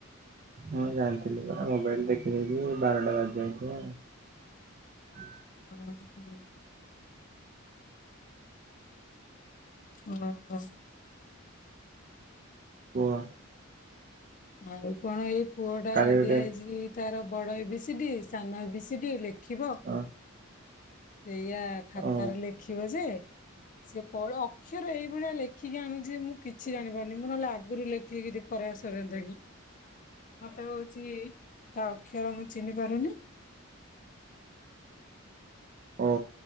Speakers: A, on the right; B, on the left.
A: ହଁ ଜାଣିଥିଲି ପରା ମୋବାଇଲ ଦେଖି ଦେଖି ବାରଟା ବାଜିଯାଉ ଥିବ।
B: ହଁ ହଁ। ଓଃ ।
A: କୁହ।
B: ଆଉ କଣ ଏଇ ପୁଅ ଟା
A: କାଲି ଗୋଟେ
B: ଦିଆହେଇଛି ତାର ବଡ ଏ ବି ସି ଡ଼ି ସାନ ଏବିସି ଡି ଲେ ଖିବ
A: ଅ
B: ସେଇଆ ଖାତାରେ
A: ଓ
B: ଲେଖିବ ଯେ ସେ ଅକ୍ଷର ଏଇଭଳିଆ ଲେଖିକି ଆଣୁଛି ମୁଁ କିଛି ଜାଣିପାରୁନି ମୁଁ ନହେଲେ ଆଗରୁ ଲେଖିକିିକ କରା ସର ତିଣି ମତେ ହଉଛି ତା ଅକ୍ଷର ମୁଁ ଚିହ୍ନି ପାରୁନି।
A: ଓ